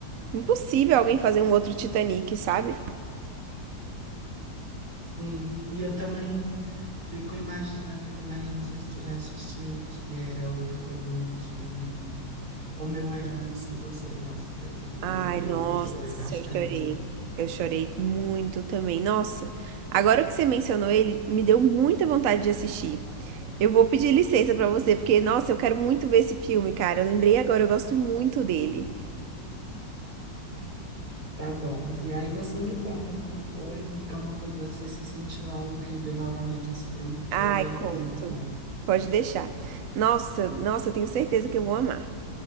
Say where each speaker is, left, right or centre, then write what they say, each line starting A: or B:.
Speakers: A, on the right (about 65°); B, on the right (about 50°).
A: impossível alguém fazer um outro Titanic, sabe?
B: sim. E eu também fico imaginando também, eu não sei se tu já assistiu, que era o filme de Como Eu Era Antes de Você. Nossa, aquele filme
A: Ai,
B: também
A: nossa,
B: eu chorei bastante.
A: eu chorei. Eu chorei muito também. Nossa, agora que você mencionou ele, me deu muita vontade de assistir. Eu vou pedir licença pra você, porque, nossa, eu quero muito ver esse filme, cara. Eu lembrei agora, eu gosto muito dele.
B: Tá bom. E aí você me conta como foi, como foi que você se sentiu ao rever novamente esse filme, porque
A: Ai,
B: ele é muito
A: conto.
B: bom.
A: Pode deixar. Nossa, nossa, eu tenho certeza que eu vou amar.